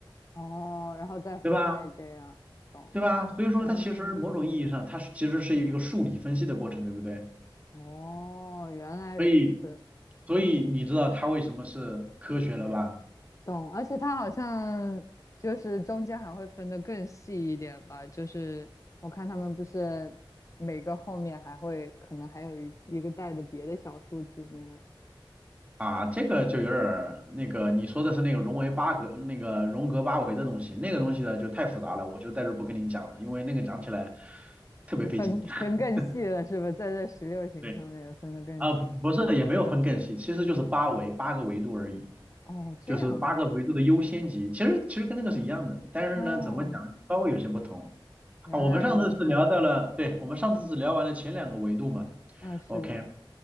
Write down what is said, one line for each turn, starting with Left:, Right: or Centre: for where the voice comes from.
Left: 哦，然后再分类这样，
Right: 对吧？
Left: 懂了。
Right: 对吧？所以说它其实某种意义上，
Left: 嗯，
Right: 它是其实是一个数理分析的过程，对不对？
Left: 哦，原来如此，
Right: 所以，所以你知道它为什么是科学了吧？
Left: 懂。而且它好像就是中间还会分得更细一点吧，就是我看他们不是每个后面还会可能还有一一个带的别的小数字那样，
Right: 啊，这个就有点儿那个，你说的是那个荣维八格、那个荣格八维的东西，那个东西呢就太复杂了，我就在这儿不跟您讲了，因为那个讲起来特别费劲。
Left: 就分分更细了是吧？
Right: <laughs>
Left: 在这十六行上面也分得更细。
Right: 对，啊，不不是，也没有分更细，其实就是八维八个维度而已。
Left: 哦，这样啊。
Right: 就是八个维度的优先级，其实其实跟那个是一样的，但是呢，
Left: 哦，
Right: 怎么讲稍微有些不同啊。
Left: 原来如此。
Right: 我们上次是聊到了，对，我们上次是聊完了前两个维度嘛
Left: 嗯，是的。
Right: ，OK